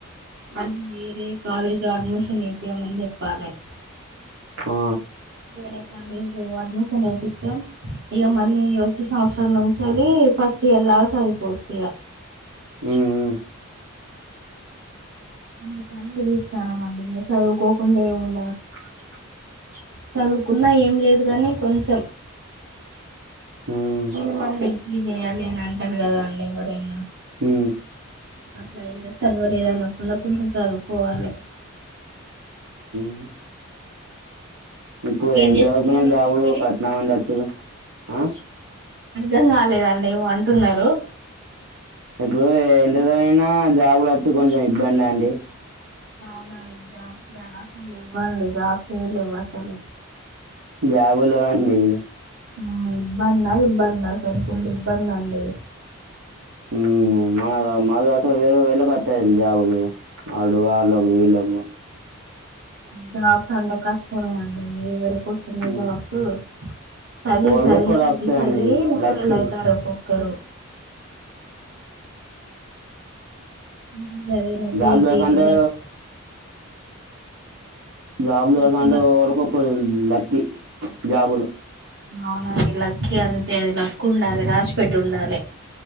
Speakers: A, on the right (about 50°); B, on the right (about 85°).
A: అది వేరే కాలేజ్ లో అడ్మిషన్ వేపియమని చెప్పాలే
B: ఆ
A: వేరే కాలేజ్ అడ్మిషన్ చేపిస్తే ఇగా మళ్ళీ వచ్చే సంవత్సరం నుంచెలి ప ఫస్ట్ ఇయర్ లాగ చదువుకోవచ్చు ఇగ
B: మ్ హు
A: అన్ని ప్లానింగ్ చేస్తానమండి ఇగా చదువుకోకుండా ఎం ఉం
B: <inaudible>
A: చదువుకున్నా ఏం లేదు కానీ కొంచెం
B: హ్మ్.
A: మినిమం డిగ్రీ చేయాలి అని అంటారు కదా అండి ఎవరైనా
B: హు
A: అట్లా ఇగ చదవలేదు అనకుండా కొంచెం చదువుకోవాలి
B: <inaudible> ఇప్పుడు
A: ఏం
B: ఎంత
A: చేస్తున్నారండి
B: చదువుకున్న జాబులు
A: మరి
B: కష్టమండి వచ్చుడు ఆ
A: అర్ధం కాలేదండి ఏమో అంటున్నారు
B: ఇప్పుడు ఎంతచదివినా జాబులు వచ్చుడు కొంచెం ఇబ్బందే అండి
A: అవునండి జాబ్ అసలు ఇవ్వండి జాబ్ చేయలేవు అసలు
B: జబుల్ లెవ్వండి
A: ఆ ఇబ్బంద ఇబ్బంద అసలకు ఫుల్ ఇబ్బంది అండి
B: హ్మ్. మన మగకా వరు వెళ్ళకు వస్తాయండి జాబలు వాడు వాళ్ళకు వీళ్ళలకు
A: జాబ్స్ అంటే కష్టమే అండి మీరు ఎవరికి వస్తున్నయ్
B: హ్మ్.
A: జాబ్స్ చదివి
B: కోలుకొక్క
A: చదివి చదివి
B: తాకుతుందండి
A: చదివి ముసళ్ళోలైతళ్ళు
B: లక్కీ
A: ఒకొక్కరు ఇంత చదివిన
B: జబ్
A: పీజీలు
B: జాబ్స్ అంటే
A: లక్
B: జాబులు
A: లక్ష
B: జాబులు అంటే
A: లక్ష
B: ఎవలకో ఒక్కలకు లక్కకి జాబులు
A: అవునండి లక్కీ అంతే అది లక్ ఉండాలే రాసి పెట్టి ఉండాలే